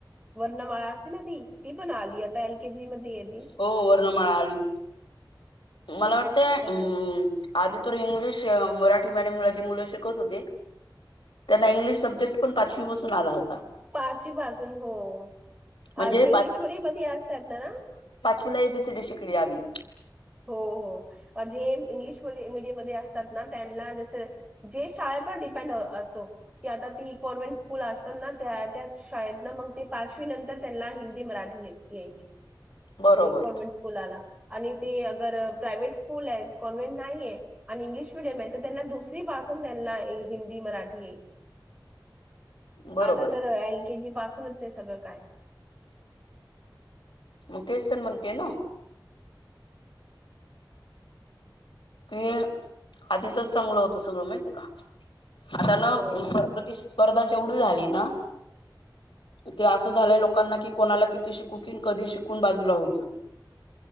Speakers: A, on the right; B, on the left.
A: वर्णमाळा असते ना ती, ती पण आली आता एल के जी मध्ये येईल.
B: हो वर्णमाळा आली मला वाटते अम
A: सगळं आहे.
B: आधी तर इंग्लिश मराठी मेडम जे मुलं शिकत होती, मी त्यांना इंग्लिश सब्जेक्ट पण पाचवी पासून आला हो
A: पाचवी पासुन हो. आ
B: म्हणजे
A: जी इंग्लिश मेडियम मध्ये असतात ना
B: वीला ए बी सी डी शिकलोय आम्ही.
A: हो हो जे इंग्लिश मीडियम मध्ये असतात ना त्यांना जस जे शाळेप डिपेंड असतो की आता ती कॉन्व्हेंट स्कूल असतात ना त्या त्या शाळेत ना मग ते पाचवी नंतर त्यांना हिंदी मराठी यायची
B: बरोबर
A: ते कॉन्व्हेंट स्कूलाला आणि ते अगर प्रायव्हेट स्कूल आहे कॉन्व्हेंट नाहीये आणि इंग्लिश मिडियम आहे तर त्यांना दुसरी पासून त्यांना हिंदी मराठी यायची.
B: बरोबर
A: आता तर
B: आहे
A: एल के जी पासूनच आहे सगळं काय.
B: मग तेच तर म्हणतीये ना. ते आधीचच चांगलं होतं सगळं माहितीय का? अ‌ त्यानं
A: हो,
B: प्रतिष्ठी स्पर्धाच एवढी झाली ना, ते असं झालंय लोकांना कि कोणाला किती शिकू कि कधी शिकून बाजूला हो क